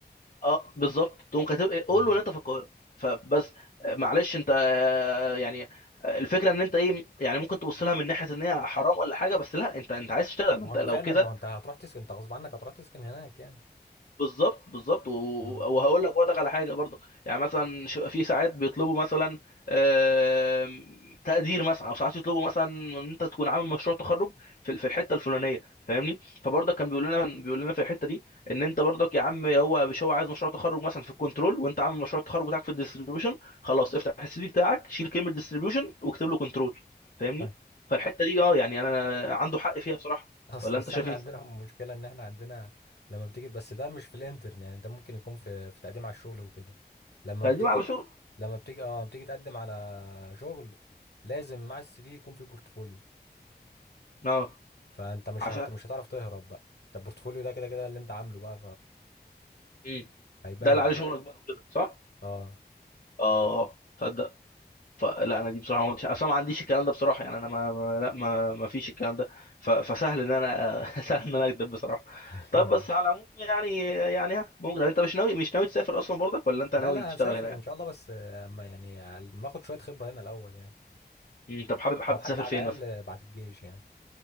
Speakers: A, on the left; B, on the left.
A: اه بالظبط تقوم كاتب إيه، قول
B: مثلا
A: له ان انت في القاهره فبس آه، معلش انت آه، يعني آه، الفكره ان انت ايه يعني ممكن تبص لها من ناحيه ان هي حرام ولا حاجه بس لا انت انت عايز تشتغل
B: ما
A: ما انت
B: هو انت
A: لو
B: فعلا
A: كده
B: ما هو انت هتروح تسكن انت غصب عنك هتروح تسكن هناك يعني
A: بالظبط بالظبط و-
B: اه
A: وهقول لك برضك على حاجه برضك يعني مثلا ش- في ساعات بيطلبوا مثلا آم، تقدير مثلا او ساعات يطلبوا مثلا ان انت تكون عامل مشروع تخرج في ال- في الحته الفلانيه فاهمني فبرضك كان بيقول لنا بيقول لنا في الحته دي ان انت برضك يا عم هو مش هو عايز مشروع تخرج مثلا في الكنترول وانت عامل مشروع التخرج بتاعك في الديستريبيوشن خلاص افتح السي في بتاعك شيل كلمه ديستريبيوشن واكتب له كنترول فاهمني
B: اه.
A: فالحته دي اه يعني انا عنده حق فيها بصراحه
B: اصل
A: ولا
B: بس
A: انت شايف
B: احنا
A: ايه؟
B: عندنا مشكلة ان احنا عندنا لما بتيجي بس ده مش في الانترن يعني ده ممكن يكون في في تقديم على الشغل وكده لما
A: تقديم
B: بتيجي
A: على شغل
B: لما بتيجي اه لما بتيجي تقدم على شغل لازم مع السي في يكون في بورتفوليو
A: اه
B: فانت مش
A: عشان
B: هت... مش هتعرف تهرب بقى انت البورتفوليو ده كده كده اللي انت عامله بقى
A: امم
B: فهيبان
A: ده اللي عليه شغلك بقى وكده صح؟
B: اه
A: اه تصدق فلا انا دي بصراحه ما كنتش اصلا ما عنديش الكلام ده بصراحه يعني انا ما, ما لا ما ما فيش الكلام ده ف... فسهل ان انا <laughs> سهل ان انا اكذب بصراحه
B: <laughs>
A: طب بس على العموم يعني يعني ها ممكن انت مش ناوي مش ناوي تسافر اصلا برضك ولا انت
B: لا
A: ناوي
B: لا
A: تشتغل
B: هسافر
A: هنا يعني
B: ان شاء الله بس اما يعني ما اخد شوية خبرة هنا الاول يعني
A: مم، طب حابب حابب
B: او حتى
A: تسافر
B: على
A: فين مثلا
B: الاقل بعد الجيش يعني